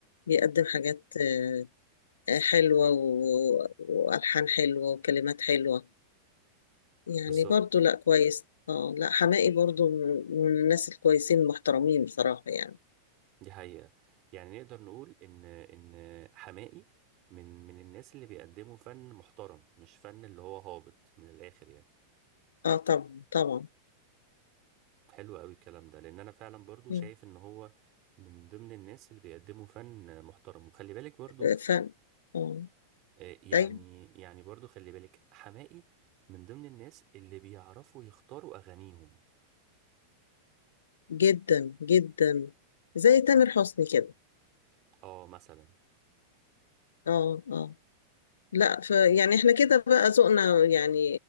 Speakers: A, on the left; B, on the right.
A: بيقدم حاجات آه، آه، حلوة و- وألحان حلوة وكلمات حلوة يعني
B: بالظبط
A: برضو لا كويس اه لا حماقي برضو من من الناس الكويسين المحترمين بصراحة يعني
B: دي حقيقة يعني نقدر نقول ان ان حماقي من من الناس اللي بيقدموا فن محترم مش فن اللي هو هابط من الآخر يعني
A: اه طبعا طبعا
B: حلو قوي الكلام ده لان انا فعلا برضو
A: مم.
B: شايف ان هو من ضمن الناس اللي بيقدموا فن محترم وخلي بالك برضو
A: آه، فن اه
B: آه، يعني
A: ايوه
B: يعني برضو خلي بالك حماقي من ضمن الناس اللي بيعرفوا يختاروا اغانيهم
A: جدا جدا زي تامر حسني كده
B: اه مثلا
A: اه اه لا ف يعني احنا كده بقى ذوقنا يعني